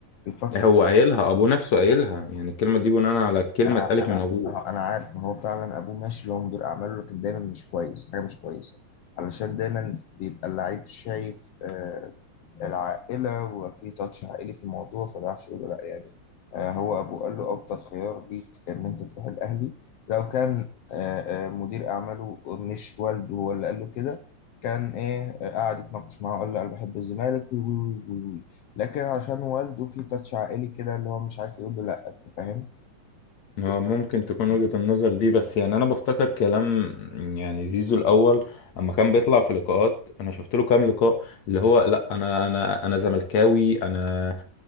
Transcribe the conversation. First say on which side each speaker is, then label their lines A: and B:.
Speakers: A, on the left; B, on the left.
A: بيفكر
B: هو قايلها ابوه نفسه قايلها يعني الكلمة دي بناء على الكلمة
A: أنا
B: اتقالت
A: أنا
B: من ابوه
A: ما هو- أنا عارف ما هو فعلا أبوه ماشي اللي هو مدير أعماله لكن دايما مش كويس حاجة مش كويسة علشان دايما بيبقى اللعيب شايف آه، العائلة وفي تاتش عائلي في الموضوع فما بيعرفش يقول له لأ يعني آه، هو أبوه قال له أفضل خيار ليك إن أنت تروح الأهلي لو كان آه، آه، مدير أعماله مش والده هو اللي قال له كده كان إيه آه، قعد يتناقش معاه وقال له أنا بحب الزمالك وي وي وي وي وي. لكن عشان والده في تاتش عائلي كده اللي هو مش عارف يقول له لأ أنت فاهم
B: هو ممكن تكون وجهة النظر دي بس يعني انا بفتكر كلام يعني زيزو الاول اما كان بيطلع في لقاءات انا شفت له كام لقاء اللي هو لا انا انا انا زملكاوي انا